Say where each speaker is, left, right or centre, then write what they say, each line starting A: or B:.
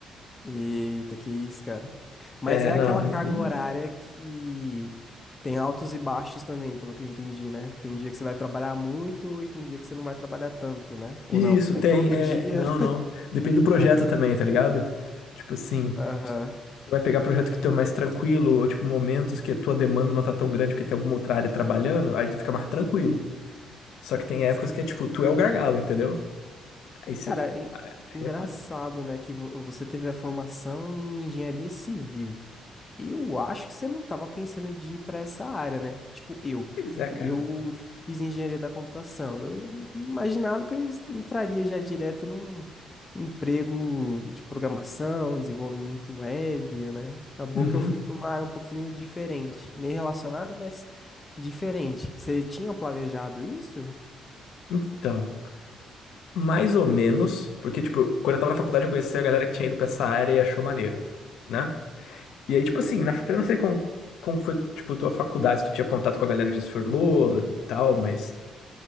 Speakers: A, on the left (about 25°); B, on the left (about 80°).
A: Eita, que isso, cara. Mas
B: É,
A: é
B: não,
A: aquela
B: aí.
A: carga horária que tem altos e baixos também, pelo que eu entendi, né? Tem dia que você vai trabalhar muito e tem dia que você não vai trabalhar tanto, né? Ou
B: Isso,
A: não? É
B: tem,
A: todo
B: é.
A: dia.
B: Não,
A: <laughs>
B: não. Depende do projeto
A: Ah, tá.
B: também, tá ligado? Tipo assim,
A: Aham.
B: se tu vai pegar projeto que tu é mais tranquilo, ou tipo, momentos que a tua demanda não tá tão grande porque tem alguma outra área trabalhando, aí tu fica mais tranquilo. Só que tem épocas
A: S-
B: que é tipo, tu é o gargalo, entendeu? Aí você.
A: Cara, en-
B: Aí
A: engraçado,
B: é foda.
A: né? Que vo- você teve a formação em engenharia civil. Eu acho que você não estava pensando de ir para essa área, né? Tipo, eu.
B: Pois é,
A: Eu
B: cara.
A: fiz engenharia da computação. Eu imaginava que eu es- entraria já direto num emprego de programação, desenvolvimento web, né? Acabou
B: Uhum.
A: que eu fui para uma área um pouquinho diferente, meio relacionada, mas diferente. Você tinha planejado isso?
B: Então. Mais ou menos, porque, tipo, quando eu tava na faculdade eu conheci a galera que tinha ido pra essa área e achou maneiro, né? E aí, tipo assim, na, eu não sei como, como foi, tipo, tua faculdade, se tu tinha contato com a galera que já se formou e tal, mas